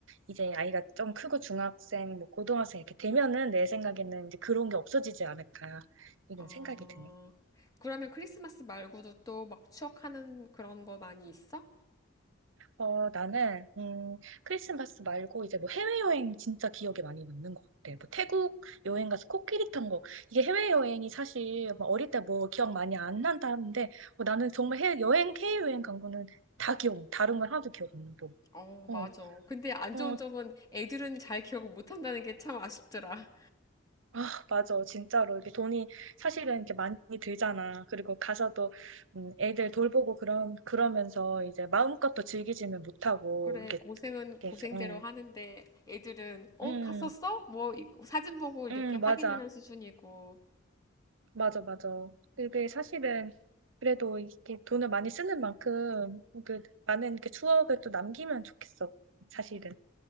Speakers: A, on the right (about 75°); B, on the left (about 20°).
A: 이제 아이가 좀 크고 중학생, 뭐 고등학생 이렇게 되면은 내 생각에는 이제 그런 게 없어지지 않을까. 이런
B: 어,
A: 생각이 드네.
B: 그러면 크리스마스 말고도 또 막 추억하는 그런 거 많이 있어?
A: 어, 나는, 음, 크리스마스 말고 이제 뭐 해외여행 진짜 기억에 많이 남는 것 같아. 뭐 태국 여행 가서 코끼리 탄 거. 이게 해외여행이 사실 뭐 어릴 때 뭐 기억 많이 안 난다 하는데, 어, 나는 정말 해외여행, 해외여행 간 거는 다 기억, 다른 건 하나도 기억 안 나고.
B: 어,
A: 어,
B: 맞아. 근데 안
A: 어,
B: 좋은 점은 애들은 잘 기억을 못 한다는 게 참 아쉽더라.
A: <laughs> 맞아. 진짜로. 이게 돈이 사실은 이렇게 많이 들잖아. 그리고 가서도, 음, 애들 돌보고 그런, 그러면서 이제 마음껏 또 즐기지는 못하고,
B: 그래,
A: 이렇게,
B: 고생은
A: 이렇게,
B: 고생대로
A: 어,
B: 하는데 애들은, 어,
A: 음,
B: 갔었어? 뭐, 이- 사진 보고 이렇게
A: 음, 맞아.
B: 확인하는 수준이고.
A: 맞아, 맞아. 그게 사실은 그래도 이렇게 돈을 많이 쓰는 만큼 그 많은 이렇게 추억을 또 남기면 좋겠어. 사실은.